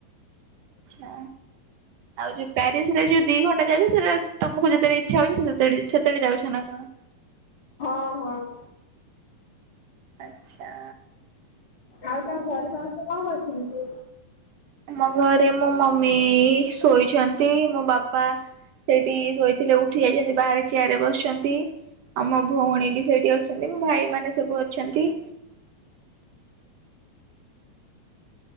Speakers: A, on the right; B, on the left.
A: ଆଚ୍ଛା। ଆଉ ଯୋଉ ପ୍ୟାରିସ ରେ ଯୋଉ ଦି ଘଣ୍ଟା ଯାଉଛ ସେଟା ତମକୁ ଯେତେବେଳେ ଇଛା ହଉଛି ସେତେବେଳେ ଯାଉଛ ନା କଣ?
B: ଅ ହଁ।
A: ଆଚ୍ଛା।
B: ଆଉ ତା ଘରେ ସମସ୍ତେ କଣ କରୁଛନ୍ତି?
A: ମୋ ଘରେ ମୋ ମମି ଶୋଇଛନ୍ତି। ମୋ ବାପା ସେଇଠି ଶୋଇଥିଲେ ଉଠି ଯାଇଛନ୍ତି ବାହାରେ ଚିୟାର ରେ ବସିଛନ୍ତି। ଆଉ ମୋ ଭଉଣୀ ବି ସେଇଠି ଅଛନ୍ତି ମୋ ଭାଇ ମାନେ ସବୁ ଅଛନ୍ତି।